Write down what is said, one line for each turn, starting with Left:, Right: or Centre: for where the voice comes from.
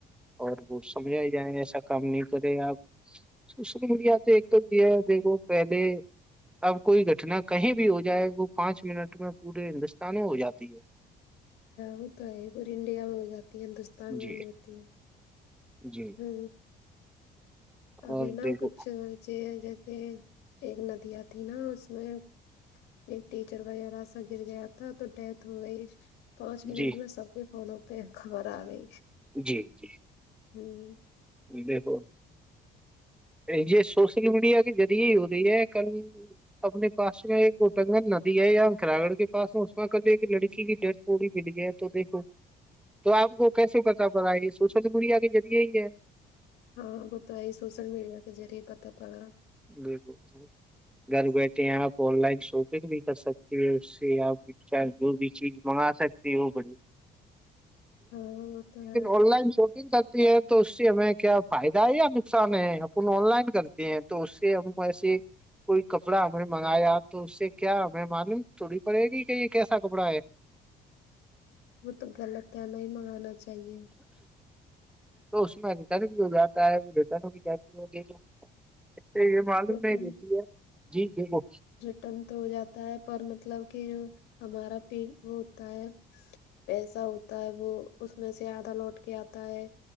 Centre: اور وہ سمجھ ہی جائے ایسا کام نہیں کرے آپ سوشل میڈیا پہ ایک تو یہ ہے دیکھو پہلے اب کوئی گھٹنا کہیں بھی ہو جائے وہ پانچ منٹ میں پورے ہندوستان ہو جاتی ہے
Left: وہ تو ہے پوری انڈیا میں ہو جاتی ہے ہندوستان
Centre: جی
Left: میں نہیں ہوتی ہے
Centre: جی
Left: ہ اب
Centre: اور
Left: نہا
Centre: دیکھو
Left: کچھ جیسے ایک ندیاں تھی نا اس میں ایک ٹیچر وغیرہ سا گر گیا تھا تو ڈیتھ ہو گئی پانچ منٹ
Centre: جی
Left: میں سب کے فونوں پہ خبر آ رہی
Centre: جی جی
Left: ہی
Centre: دیکھو یہ سوشل میڈیا کے ذریعے ہی ہو رہی ہے کل اپنے پاس میں ایک اٹنگن ندی ہے یا اکرا گڑ کے پس اس میں کل ایک لڑکی کی ڈیتھ پڑی ملی ہے تو دیکھو تو آپ کو کیسے پتا پڑ یہ سوشل میڈیا کے ذریعے ہی ہے
Left: ہاں وہ تو یہ سوشل میڈیا کےہ ذریعے پتا پڑا
Centre: ج گھر بیٹھے ہیں آپ آن لائن شاپنگ بھی کر سکتی ہیں اس سے آپ چاہ جو بھی چیز منگا سکتی ہو بڑی
Left: <inaudible> وہ تو ہے
Centre: آن لائن شاپ کرتی ہے تو اس سے ہمیں کیا فائدہ ہے یا نقصان ہے اپن آن لائن کرتے ہیں تو اس سے ہم ایسے کوئی کپڑا ہم نے منگایا تو اس سے کیا ہمیں معلوم تھوڑی پڑے گی کہ یہ کیسا کپڑا ہے
Left: وہ تو غلط ہے نہیں ہی منگانا چاہیے
Centre: تو اس میں رٹن کی جو ہے وہ رٹ اسے یہ معلوم
Left: ریٹرن
Centre: نہیں رہتی ہے جی دیکھو
Left: تن تو ہو جاتا ہے پر مطلب کہ جو ہمارا پیٹ وہ ہوتا ہے پیسا ہوتا ہے وہ اس میں سے آدھا لوٹ کے آتا ہے